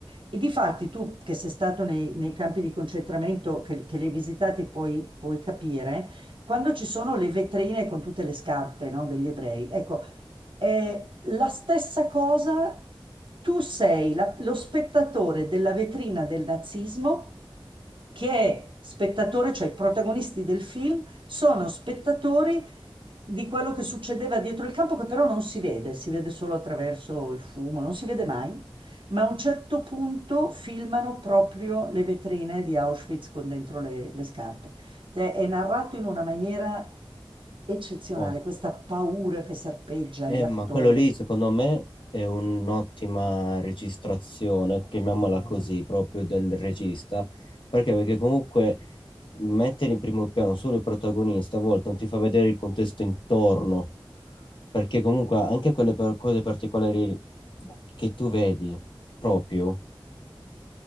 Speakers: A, on the right; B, on the left.
A: E difatti tu che sei stato nei, nei campi di concentramento che, che li hai visitati puoi, puoi capire, quando ci sono le vetrine con tutte le scarpe, no, degli ebrei, ecco, è la stessa cosa, tu sei la- lo spettatore della vetrina del nazismo che è spettatore, cioè i protagonisti del film sono spettatori di quello che succedeva dietro il campo, che però non si vede, si vede solo attraverso il fumo, non si vede mai. Ma a un certo punto filmano proprio le vetrine di Auschwitz con dentro le, le scarpe. Cioè, È narrato in una maniera eccezionale,
B: Oh.
A: questa paura che serpeggia
B: Eh,
A: gli attori.
B: ma quello lì, secondo me, è un'ottima registrazione, chiamiamola così, proprio del regista, perché, perché comunque mettere in primo piano solo il protagonista a volte non ti fa vedere il contesto intorno, perché comunque anche quelle per- cose particolari che tu vedi proprio